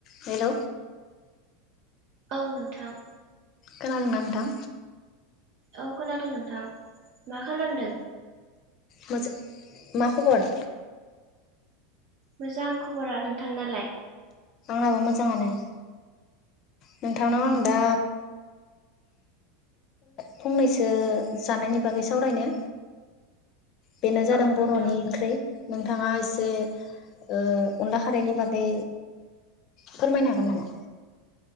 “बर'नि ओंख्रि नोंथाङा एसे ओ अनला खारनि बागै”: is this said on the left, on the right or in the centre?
Left